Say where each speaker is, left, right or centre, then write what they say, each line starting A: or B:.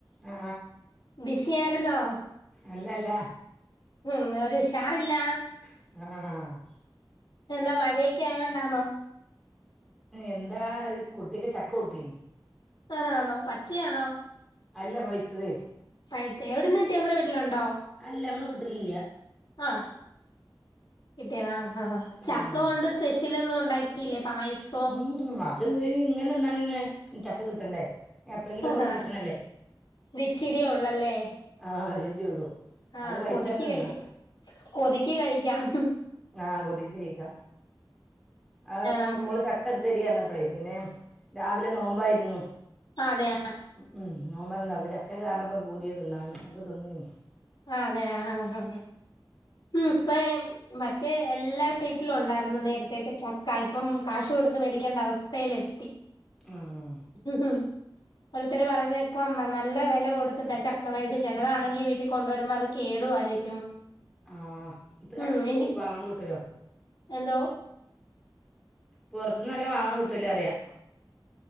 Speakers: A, in the centre; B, on the left.
A: ആ
B: ബിസിയായിരുന്നോ
A: അല്ലല്ല
B: ഉം ഒരു ഉഷാറില്ല
A: ആഹ്
B: എന്താ മഴയൊക്കെ ആയത് കൊണ്ടന്നോ
A: എന്താ കുട്ടിക്ക് ചക്ക കൊടുക്കെ
B: ആഹ ആണോ പച്ചയാണോ
A: അല്ല പയത്തത്
B: പഴുത്തത്തെ എവിടെ നിന്ന് കിട്ടി നമ്മടെ വീട്ടിലുണ്ടോ
A: അല്ല നമ്മള് വിട്ടിലില്ല
B: ആഹ് കിട്ടിയ ആഹ് ചക്ക
A: ഉം.
B: കൊണ്ട് സ്പെഷ്യലൊന്നും ഉണ്ടാക്കിയില്ലേ പായസ-
A: ഉം അത് ഇങ്ങനെ തന്നെ ചക്ക കിട്ടണ്ടേ എപ്പോഴെങ്കിലുമൊക്കെ
B: ആ ഹാ
A: ഒന്ന് കിട്ടണല്ലേ
B: ഇത്ച്ചിരിയ ഉള്ളല്ലേ
A: ആഹ് അഹ് ഇച്ചിരിയെയുള്ളൂ
B: ആഹ്
A: അത് പായിത്ത്
B: കൊതിക്ക്
A: ത്തന്നെ തിന്നാ
B: കഴിക്കാം കൊതിക്ക് കഴിക്കാം
A: ആഹ് കൊതിക്കയ്ക്ക ആ
B: നമുക്ക്
A: മോള് ചക്കടത്തിതന്നപോലെ പിന്നെ രാവിലെ നോമ്പായിരുന്നു
B: അതെയോ
A: ഉം നോമ്പായിരുന്നു അപ്പ ചക്കെ കണ്ടപ്പോൾ പൂതിയ തിന്നാ അപ്പോൾ തിന്നേന്
B: ആഹ് അതെ ആഹ് ആഹ് ഉം ഇപ്പ മറ്റേ എല്ലാം വീട്ടിലുണ്ടായിരുന്നു നേരത്തേക്ക് ചക്ക ഇപ്പം കാശ് കൊടുത്ത മേടിക്കേണ്ട അവസ്ഥയിലെത്തി
A: ആഹ
B: ഉം ഒരുത്തർ പറഞ്ഞക്കാ നല്ല വില കൊടുത്തിട്ടാ ചക്ക മേടിച്ച് ചിലതാണെങ്കിൽ വീട്ടിൽ കൊണ്ടുവരുമ്പോ അത് കേടുവായിരിക്കും
A: ആഹ് ഇപ്പ ചക്ക
B: ഉം ഇനി
A: വാങ്ങ കിട്ടലോ
B: എന്തോ
A: പുറത്തത്ത്ന്നല്ല വാങ്ങാൻ കിട്ടല്ലോ പറയാ